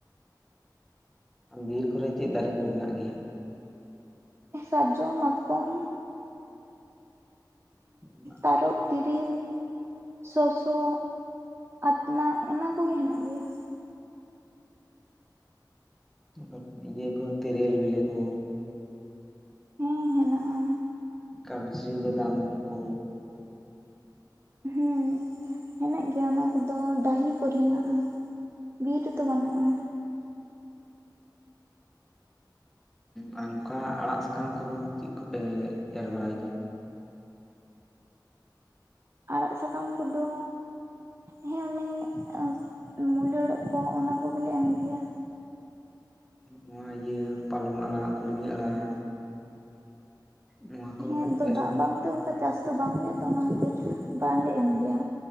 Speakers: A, in the centre; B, on the right.
A: ᱵᱤᱨ ᱠᱚᱨᱮ ᱪᱮᱫ ᱫᱟᱨᱮ ᱠᱚ ᱢᱮᱱᱟᱜ ᱜᱮᱭᱟ?
B: ᱥᱟᱨᱡᱚᱢ, ᱢᱟᱛᱠᱚᱢ
A: <unintelligible>
B: ᱛᱟᱨᱚᱵ, ᱛᱤᱨᱤᱞ ᱥᱚᱥᱚ, ᱟᱛᱱᱟᱜ, ᱚᱱᱟ ᱠᱚᱜᱮ ᱦᱮᱱᱟᱜ ᱜᱮᱭᱟ᱾
A: ᱦᱩᱸ ᱤᱭᱟᱹ ᱠᱚ ᱛᱮᱨᱮᱞ ᱵᱮᱞᱮ ᱠᱚ᱾
B: ᱦᱮᱸ ᱦᱮᱱᱟᱜᱼᱟ᱾
A: ᱠᱟᱵᱽᱡᱤ, ᱵᱟᱫᱟᱢ ᱠᱚ
B: ᱦᱮᱸ ᱦᱮᱱᱟᱜ ᱜᱮᱭᱟ ᱚᱱᱟ ᱠᱚᱫᱚ ᱰᱟᱹᱦᱤ ᱠᱚᱨᱮ ᱦᱮᱱᱟᱜᱼᱟ ᱵᱤᱨ ᱨᱮᱫᱚ ᱵᱟᱹᱱᱩᱜᱼᱟ
A: ᱦᱩᱸ ᱟ ᱠᱟ ᱟᱲᱟᱜ ᱥᱟᱠᱟᱢ ᱠᱚᱫᱚ ᱪᱮᱫ ᱠᱚᱯᱮ ᱮᱨ ᱵᱟᱲᱟᱭ ᱜᱮᱭᱟ
B: ᱟᱲᱟᱜ ᱥᱟᱠᱟᱢ ᱠᱚᱫᱚ ᱦᱮᱸ ᱩᱱᱤᱱᱤ ᱢᱩᱞᱟᱹᱟᱹᱲᱚᱜ ᱠᱚ ᱚᱱᱟ ᱠᱚᱜᱮᱞᱮ ᱮᱢᱜᱤᱭᱟ
A: ᱱᱚᱣᱟ ᱤᱭᱟᱹ ᱯᱟᱞᱚᱱ ᱟᱲᱟᱜ ᱠᱩᱲᱢᱤ ᱟᱲᱟᱜ ᱱᱚᱣᱟ ᱠᱚ
B: ᱦᱮᱸ ᱟᱫᱚ
A: ᱮᱨ
B: ᱫᱟᱜ ᱵᱟᱝᱛᱮ ᱚᱱᱠᱟ ᱪᱟᱥ ᱫᱚ ᱵᱟᱝ ᱦ ᱦᱩᱭᱩᱜᱼᱟ ᱛᱚ ᱚᱱᱟ ᱦᱚᱛᱮᱫ ᱵᱟᱝᱞᱮ ᱮᱢ ᱜᱮᱭᱟ